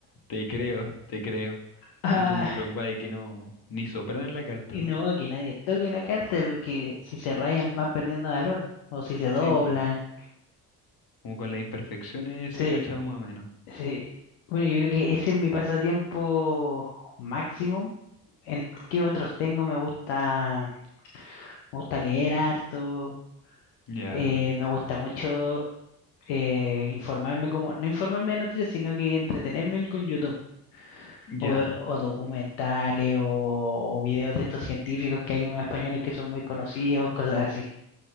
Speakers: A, on the left; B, on the left.
A: Te creo, te creo.
B: Ah,
A: Y tú preocupas de que no, ni sopraran la carta,
B: y
A: ¿no?
B: no, que nadie toque la carta, porque si se rayan van perdiendo valor, o si se doblan.
A: Sí, pues, como con las imperfecciones
B: Sí,
A: se cachaba más o menos.
B: sí. Bueno, yo creo que ese es mi pasatiempo máximo. ¿En qué otros tengo? Me gusta, me gusta leer harto,
A: Ya,
B: eh, me gusta mucho. eh, informarme como, no informarme de noticias, sino que entretenerme con YouTube
A: ya,
B: o, o documentales o, o videos de estos científicos que hay unos españoles que son muy conocidos, cosas así.